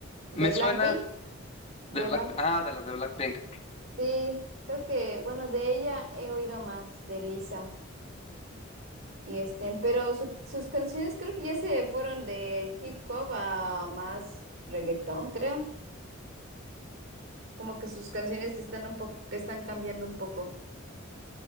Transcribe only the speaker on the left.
Me
suena,
De Black, ah, de las de Blackpink.